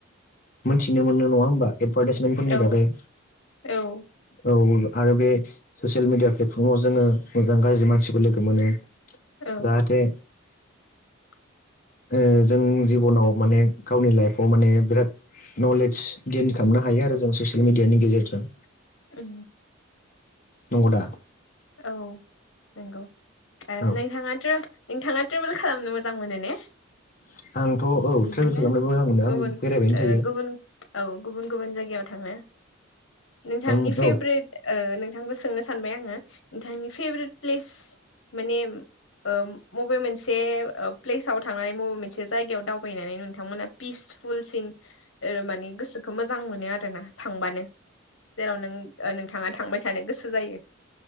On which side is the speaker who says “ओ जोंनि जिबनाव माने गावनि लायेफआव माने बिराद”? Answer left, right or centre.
Left